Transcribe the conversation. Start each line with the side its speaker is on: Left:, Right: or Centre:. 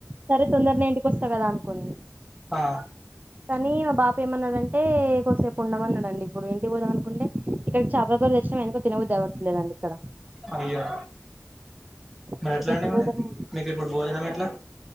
Right: సరే తొందరనే ఇంటికొస్తా కదా అనుకోలే
Centre: ఆ
Right: కానీ మా బాప ఏమన్నాడంటే కొసేపు ఉండమన్నాడండి ఇప్పుడు ఇంటికి పోదాం అనుకుంటే ఇక్కడి చేపలకూర తె <unintelligible> తినబుద్ది అవ్వట్లేదండి ఇక్కడ
Centre: అయ్యో మరి
Right: ఇంటికి
Centre: ఎట్లా
Right: ఎప్పుడు
Centre: అండి ఇప్పుడు
Right: పోతాను
Centre: మీకు ఇప్పుడు భోజనం ఎట్లా